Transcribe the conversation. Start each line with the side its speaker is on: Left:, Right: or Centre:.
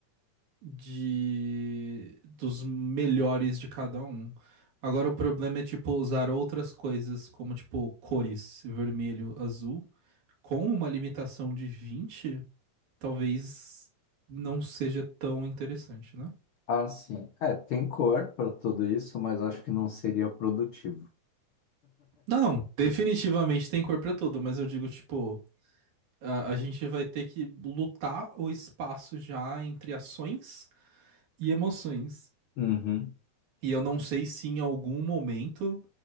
Right: de dos melhores de cada um. Agora o problema é tipo usar outras coisas como tipo cores, vermelho, azul, com uma limitação de 20 talvez não seja tão interessante, né?
Left: Ah, sim. É, tem cor para tudo isso, mas acho que não seria produtivo.
Right: Não, não, definitivamente tem cor pra tudo, mas eu digo tipo a, a gente vai ter que lutar o espaço já entre ações e emoções.
Left: Uhum.
Right: E eu não sei se em algum momento